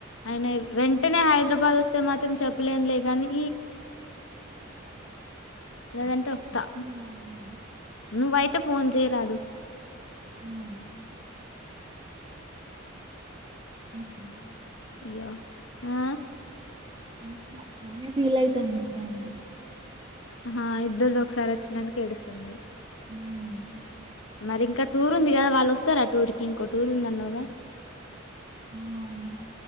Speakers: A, on the left; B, on the right.
A: ఆయన వెంటనే హైదరాబాద్ వస్తే మాత్రం చెప్పలేను లే గానీ లేదంటే
B: ఫోర్
A: వస్తా
B: డేస్లో నువ్వు ఉన్నవా
A: నువ్వైతే ఫోన్ చేయరాదు
B: మ్మ్ చేస్తా.
A: యో ఆ
B: చూసా <unintelligible> ఫీల్ అయితుంది దానికి
A: ఆహా ఇద్దరిది ఒకసారే వచ్చినందుక ఏడుస్తుంది
B: హ్మ్.
A: మరి ఇంకా టూర్ ఉంది కదా వాళ్ళు ఒస్తారా టూర్ కి ఇంకో టూర్ ఉంది అన్నవ్ గా
B: హ్మ్